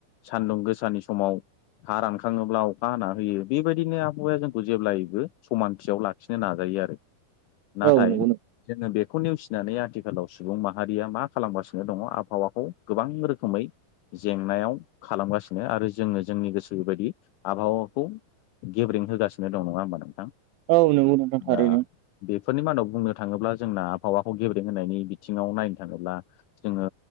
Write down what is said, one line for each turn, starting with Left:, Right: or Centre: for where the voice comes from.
Left: सान्दुं गोसानि समाव हा रानखाङोब्ला अखा हाना होयो। बेबायदिनो आबहावाया जोंखौ जेब्लायबो समानथियाव लाखिनो नाजायो आरो। नाथाय
Right: औ नंगौ नोंथां
Left: जोङो बेखौ नेवसिनानै आथिखालाव सुबुं माहारिया मा खालामगासिनो दङ' आबहावाखौ गोबां रोखोमै जेंनायाव खालामगासिनो। आरो जोङो जोंनि गोसो बायदि आबहावाखौ गेब्रें होगासिनो दं। नङा होमबा नोंथां?
Right: औ नोंगौ नोंथां थारैनो।
Left: दा बेफोरनि मादाव बुंनो थाङोब्ला जोंना आबहावाखौ गेब्रेंहोनायनि बिथिङाव नायनो थाङोब्ला जोङो